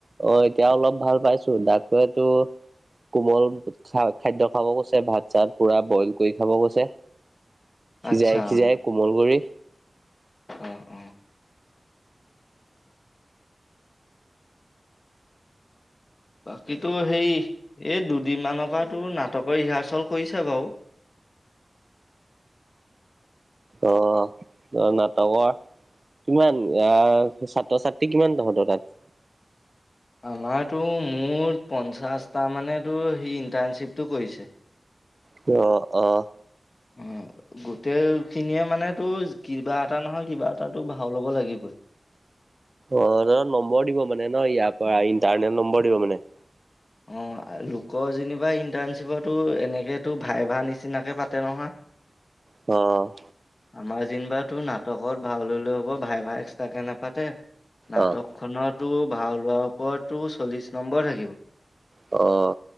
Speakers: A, on the right; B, on the left.
A: অ' এতিয়া অলপ ভাল পাইছো ডাক্তৰে তোৰ কোমল খা খাদ্য খাব কৈছে ভাত। ছাত পুৰা বইল কৰি খাব গৈছে সিজাই
B: আচ্ছা
A: সিজাই
B: অ
A: কোমল কৰি
B: অ' অ' বাকীতো সেই এই দুদিনমানৰ পৰা তোৰ নাটকৰ ৰিহাৰ্চল কৰিছে বাৰু।
A: অ', অ', নাটকৰ কিমান আহ, ছাত্ৰ- ছাত্ৰী কিমান তহঁতৰ তাত?
B: আমাৰতোৰ মুঠ পঞ্চাছটা মানে টোৰ সেই ইণ্টাৰ্ণশ্বিপটো কৰিছে।
A: অ', অ',
B: অ', গোটেই খিনিয়ে মানে তো কিবা এটা নহয় কিবা এটাটো ভাও ল'ব লাগিবই।
A: অ', <unintelligible> নম্বৰ দিব মানে ন' ইয়াৰ পৰা ইণ্টাৰনেট নম্বৰ দিব মানে?
B: অ' লোকৰ যেনিবা ইণ্টাৰ্ণশ্বিপৰ তোৰ এনেকে তোৰ ভাইভা নিচিনাকে পাতে নহয়।
A: অ',
B: আমাৰ যেনিবা তোৰ নাটকত ভাও ললেও হব ভাইভা এক্সট্ৰাকে নেপাতে নাটক
A: অ',
B: খনত তোৰ ভাও লোৱাৰ ওপৰত তোৰ চল্লিশ নম্বৰ থাকিব।
A: অ',